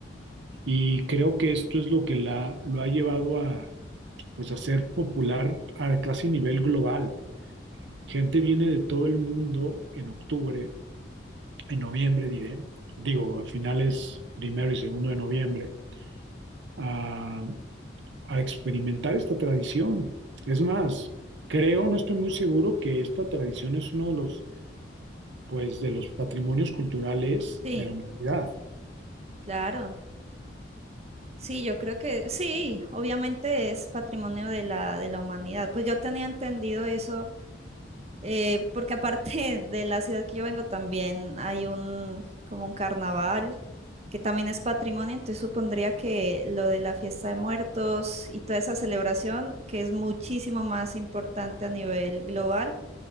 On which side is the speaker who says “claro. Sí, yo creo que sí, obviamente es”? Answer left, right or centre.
Right